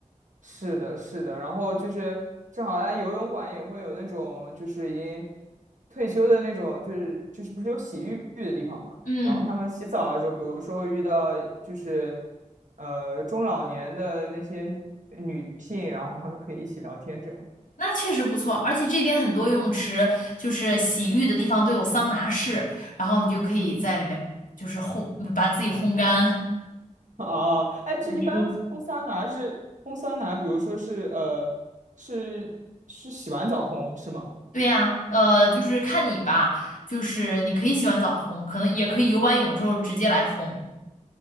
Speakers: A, on the right; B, on the left.
A: 是的，是的。然后就是正好她游泳馆也会有那种就是已经退休的那种，就是就是不是有洗浴的地方嘛？
B: 嗯，
A: 然后他们洗澡的时候，比如说会遇到就是呃中老年的那些女性，然后他们可以一起聊天这样。
B: 那确实不错，而且这边很多游泳池就是洗浴的地方都有桑拿室，然后你就可以在里面就是烘，把自己烘干。
A: <laughs> 哦，哎，这一般烘桑拿是烘桑拿，
B: 舒服
A: 比如说是呃，是是洗完澡烘是吗？
B: 对呀，呃，就是看你吧，就是你可以洗完澡烘，可能也可以游完泳之后直接来烘。